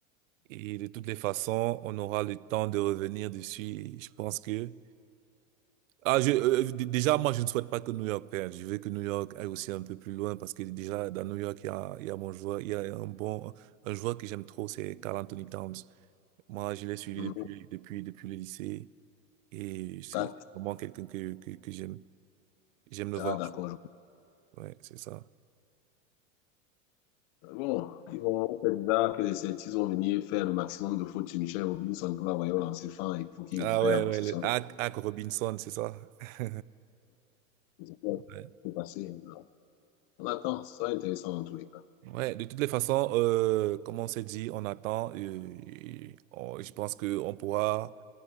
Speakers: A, on the right (about 80°); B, on the left (about 45°).
A: et de toutes les façons, on aura le temps de revenir dessus. Et je pense que, ah, je, euh, euh, d- déjà, moi, je ne souhaite pas que New York perde. Je veux que New York aille aussi un peu plus loin parce que déjà, dans New York, il y a, il y a mon joueur, il y a un bon, un joueur que j'aime trop, c'est Karl Anthony Towns. Moi, je l'ai suivi
B: Non,
A: depuis, depuis, depuis le lycée. Et c'est
B: quatre.
A: vraiment quelqu'un que, que, que j'aime. J'aime le
B: Ah,
A: voir
B: d'accord.
A: jouer.
B: je-
A: Ouais, c'est ça.
B: Bon, ils vont, on sait déjà que les Celtics vont venir faire le maximum de fautes sur Michel Robinson pour l'envoyer au lancer fin. et Il faut qu'il
A: Ah
B: récupère
A: ouais,
B: la
A: ouais,
B: possession.
A: le Hack, Hack Robinson, c'est ça. <laughs>
B: Je pas
A: Ouais.
B: ce passé. Non. On attend. Ça sera intéressant dans tous les cas.
A: Ouais, de toutes les façons, euh, comme on s'est dit, on attend. euh, et on- je pense que on pourra,